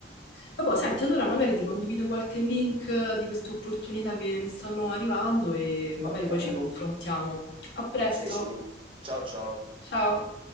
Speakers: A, on the left; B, on the right.
A: Vabbè, senti,
B: Mm,
A: allora magari ti condivido qualche link eh, di queste opportunità che mi stanno arrivando e magari
B: va bene.
A: poi ci confrontiamo. A presto,
B: Sì, sì. Ciao, ciao.
A: ciao!